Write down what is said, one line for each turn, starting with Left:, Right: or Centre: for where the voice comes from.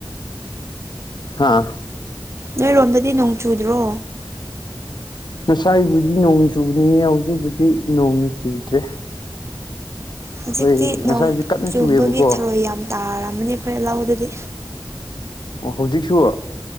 Left: ꯎꯝ
Right: ꯅꯣꯏꯔꯣꯝꯗꯗꯤ ꯅꯣꯡ ꯆꯨꯗ꯭ꯔꯣ
Left: ꯉꯁꯥꯏꯕꯨꯗꯤ ꯅꯣꯡ ꯆꯨꯕꯅꯤ ꯍꯧꯖꯤꯛꯕꯨꯗꯤ ꯅꯣꯡ ꯆꯨꯗ꯭ꯔꯦ
Right: ꯍꯧꯖꯤꯛꯇꯤ
Left: ꯍꯣꯏ ꯉꯁꯥꯏꯕꯨꯗꯤ
Right: ꯅꯣꯡ
Left: ꯀꯟꯅ
Right: ꯆꯨꯕꯒꯤ
Left: ꯆꯨꯑꯦꯕꯀꯣ
Right: ꯊꯧꯔꯣꯏ ꯌꯥꯝ ꯇꯥꯔꯃꯅꯤ ꯑꯩꯈꯣꯏ ꯂꯥꯎꯗꯗꯤ
Left: ꯑꯣ ꯍꯧꯖꯤꯛꯁꯨ